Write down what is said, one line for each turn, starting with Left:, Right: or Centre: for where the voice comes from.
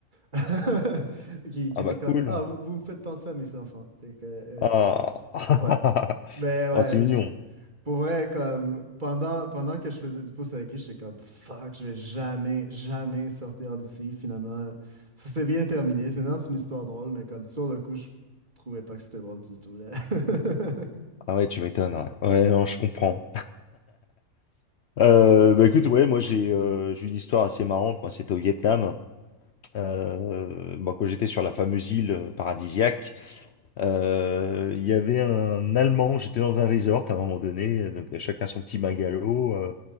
Right: <laughs> qui, qui
Left: Ah
Right: était
Left: bah
Right: comme
Left: cool.
Right: Ah, vous, vous me faites penser à mes enfants. Fait que, euh,
Left: Ah. <laughs>
Right: ouais. Mais ouais,
Left: Oh, c'est mignon.
Right: pour vrai, comme pendant, pendant que je faisais du pouce avec lui, j'étais comme fuck, je vais jamais, jamais sortir d'ici. Finalement, ça s'est bien terminé. Maintenant, c'est une histoire drôle, mais comme sur le coup, je trouvais pas que c'était drôle du tout, là. <laughs>
Left: Ah ouais, tu m'étonnes. Ouais. Ouais, non, je comprends. Euh, bah écoute, ouais, moi j'ai euh, j'ai une histoire assez marrante. Moi, c'était au Vietnam. euh, bon, quand j'étais sur la fameuse île euh, paradisiaque, euh, il y avait un Allemand, j'étais dans un resort à un moment donné, euh, donc euh, chacun son petit magalo, euh,